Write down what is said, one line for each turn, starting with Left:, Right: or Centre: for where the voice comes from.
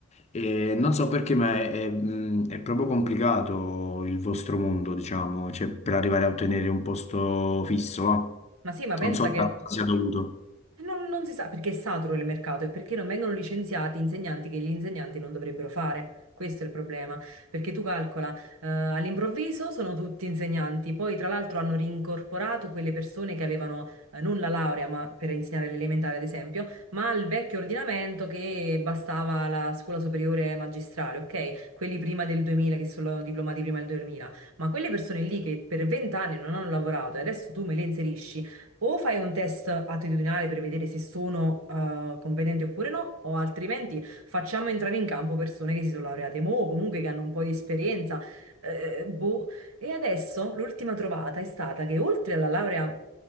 Left: E non so perché, ma è, è, mh, è proprio complicato il vostro mondo, diciamo, cioè per arrivare a ottenere un posto fisso, va.
Right: Ma sì, ma pensa
Left: Non so da
Right: che...
Left: cosa sia dovuto.
Right: E Non, non si sa perché è saturo il mercato e perché non vengono licenziati insegnanti che gli insegnanti non dovrebbero fare. Questo è il problema, perché tu calcola, eh, all'improvviso sono tutti insegnanti, poi tra l'altro hanno rincorporato quelle persone che avevano eh, non la laurea, ma per insegnare l'elementare ad esempio, ma il vecchio ordinamento che bastava la scuola superiore magistrale, ok? Quelli prima del 2000 che sono diplomati prima del 2000, ma quelle persone lì che per vent'anni non hanno lavorato e adesso tu me le inserisci o fai un test attitudinale per vedere se sono eh, competenti oppure no, o altrimenti facciamo entrare in campo persone che si sono laureate mo, o comunque che hanno un po' di esperienza. eh, boh. E adesso l'ultima trovata è stata che oltre alla laurea